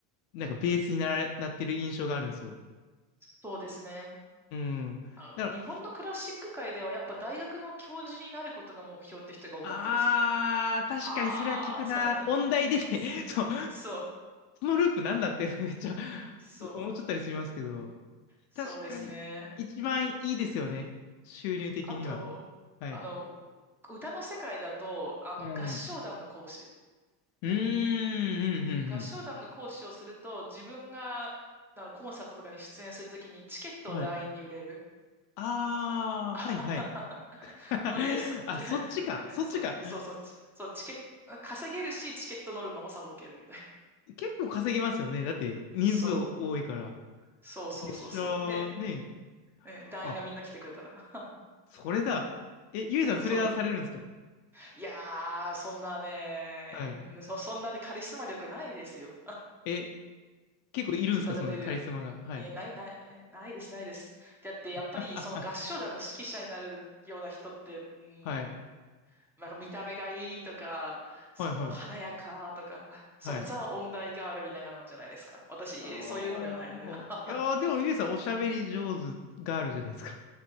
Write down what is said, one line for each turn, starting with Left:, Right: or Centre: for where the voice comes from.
Left: なんかベースになら、なってる印象があるんですよ。
Centre: そうですね。
Left: うん。
Centre: あの、
Left: だから
Centre: 日本のクラシック界ではやっぱ大学の教授になることが目標って人が多かったですね。
Left: あー、
Centre: いやああ、
Left: 確かにそれは聞くな。
Centre: そう、
Left: 音大出て、
Centre: <laughs> そそう、
Left: <laughs> そう、そのループなんだって <laughs> めっちゃ
Centre: そう、
Left: 思っちゃったりしますけど、
Centre: そうですね。
Left: 確かに一番いいですよね。収入的には。
Centre: あと、
Left: はい。
Centre: あの、う歌の世界だと、あの、
Left: うん。
Centre: 合唱団の講師。
Left: うーん、うん、うん、
Centre: 合唱団の講師をすると、
Left: うん。
Centre: 自分が、あの、コンサートとかに出演するときにチケットを団員に売れる。
Left: はい。あー、
Centre: <laughs> あははは
Left: はい、はい。<laughs>
Centre: ので、さ、
Left: あ、そっちか、
Centre: <laughs> えーそう、
Left: そっちか。
Centre: そうそう、ちそう、チケット、稼げるし、チケットノルマもサボけるみたいな。
Left: 結構稼げますよね。だって、人数多いから。
Centre: そう、そうそうそうそう。
Left: 月謝ね。
Centre: ね、ね、団員がみんな来てくれたら。
Left: あ、
Centre: <laughs>
Left: それだ。え、ゆいさん、
Centre: そう。
Left: それはされるんですか
Centre: いやー、そんなね、
Left: はい。
Centre: そ、そんなね、カリスマ力ないですよ。
Left: え、結構いるんですか、
Centre: <laughs> そう、だって、
Left: そのカリスマが。はい。
Centre: いや、ない、ない、ないです、ないです。だって、やっぱり、
Left: <laughs>
Centre: その合唱団の指揮者になるような人って、うん、
Left: はい。
Centre: なんか見た目がいいとか、その華やかとか、
Left: はい、はい、
Centre: そのザ・
Left: はい。
Centre: 音大ガールみたいなのじゃないですか。私、
Left: おー。
Centre: そういうのではないので。<laughs>
Left: いやー、でも、ゆえさん、おしゃべり上手ガールじゃないですか。